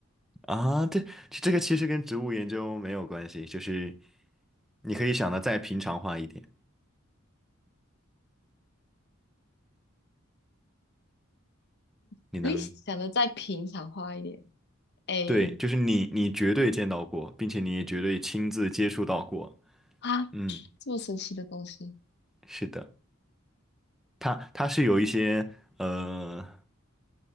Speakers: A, in the centre; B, on the left (about 55°).
A: 啊，对，这个其实跟植物研究没有关系，就是你可以想的再平常化一点，你能，
B: 可以想的再平常化一点。A
A: 对，就是你你绝对见到过，并且你也绝对亲自接触到过，
B: 啊，
A: 嗯，
B: 这么神奇的东西
A: 是的，它它是有一些呃